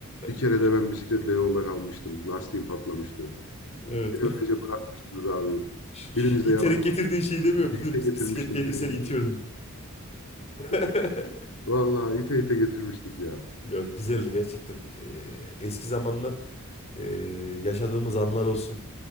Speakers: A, on the left; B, on the left.
A: Bir kere
B: <laughs>
A: de ben bisikletle yolda kalmıştım. Lastiğim patlamıştı.
B: Evet.
A: Beni öylece bırakmıştınız abi.
B: <laughs> Şu- şu
A: Biriniz
B: İterek
A: de yanımda
B: getirdiğin
A: durmamıştınız.
B: şeyi demiyor
A: İte
B: muydun?
A: ite
B: Biz
A: getirmiştim
B: bisikletteydik
A: kendi
B: sen
A: kendime.
B: itiyordun. <laughs>
A: <laughs> Vallahi ite ite getirmiştik ya.
B: Yok güzeldi gerçekten. Ee, eski zamanlar ee, yaşadığımız anlar olsun